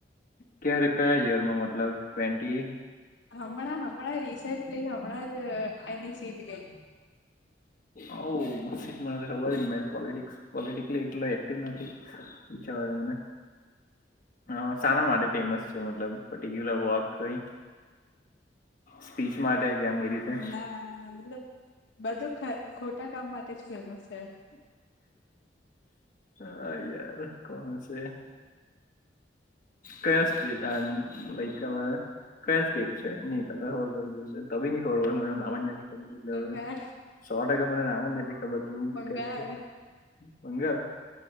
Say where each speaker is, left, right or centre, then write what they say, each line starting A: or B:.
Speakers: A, on the left (about 50°); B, on the left (about 70°).
A: ક્યારે કયા યરમાં મતલબ ટવેન્ટી
B: હમણાં હમણાં રિસેચ પ્લી હમણાં જ એની સીટ ગઈ
A: હો મને ખબર નય પોલેટીસ પોલ નથી વિચાર વાદે મને હ સના માટે ફેમસ છે મતલબ પર્ટિક્યુલર વોક કોઈ સ્પીચ માટે કે આમ એ રીતે?
B: ના મતલબ બધું ખોટા કામ માટે ફેમસ છે.
A: હા યાર કોણ હસે કયા સ્ટેજ આમ લાયક કઈ સ્ટીજ છે નહી ત ખબર પડી જશે અબી ન ખબર પડે મને નામ જ નથી ખબર એટલે
B: બંગાળ
A: હવે સો ટકા મને નામ જ નથી ખબર તું
B: બંગાળ
A: કેતી છે બંગાલ